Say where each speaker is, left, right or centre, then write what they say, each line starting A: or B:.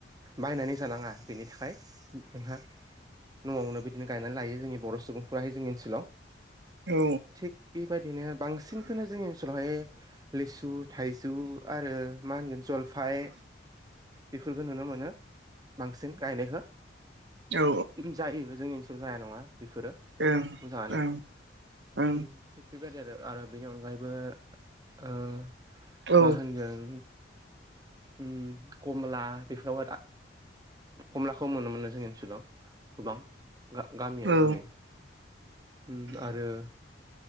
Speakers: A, on the right; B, on the right.
A: बायनानै जानाङा बेनि थाखाय जोंहा न'आवनो बिदिनो गायनानै लायो जोंनि बर' सुबुंफोराहाय जोंनि ओनसोलाव
B: औ।
A: थिग बेबायदिनो बांसिनखौनो जोंनि ओनसोलावहाय लिसु थाइजौ आरो मा होनगोन जलफाय बेफोरखो नुनो मोनो बांसिन गायनायखो
B: औ
A: जायो जोंनि ओनसोलाव जाया नङा बेफोरो
B: ओं
A: मोजाङानो
B: ओं ओं
A: उम थिग बेबायदि आरो आरो बेनि अनगायैबो ओ
B: औ
A: मा होनगोन उम कमला बेफोराव दा खमलाखौ मोनोमोन जोंनि ओनसोलाव गोबां गामियाव
B: औ
A: जोंनि उम आरो